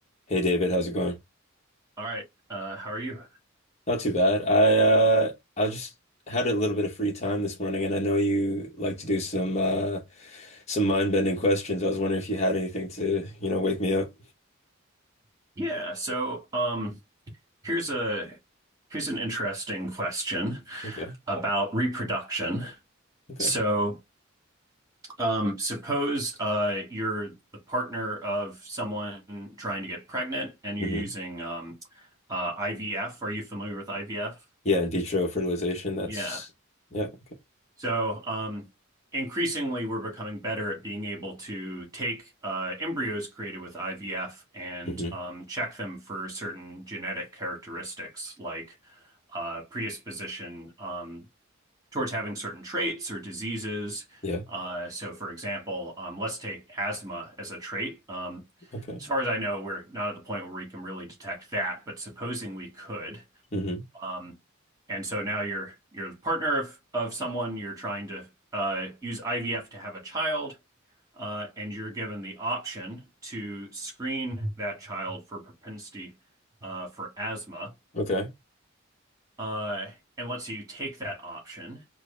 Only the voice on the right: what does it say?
All right. Uh, how are you?
Yeah. So, um, here's a here's an interesting question
about reproduction.
So, um, suppose uh, you're the partner of someone trying to get pregnant, and you're
using um, uh, IVF. Are you familiar with IVF?
Yeah.
So um, increasingly, we're becoming better at being able to take uh, embryos created with IVF and
um, check them for certain genetic characteristics like uh, predisposition um, towards having certain traits or diseases.
Uh, So for example, um, let's take asthma as a trait. Um,
As far as I know, we're not at the point where we can really detect that, but supposing we could,
um, and so now you're you're the partner of of someone. You're trying to uh, use IVF to have a child, uh, and you're given the option to screen that child for propensity uh, for asthma.
Uh, and let's say you take that option.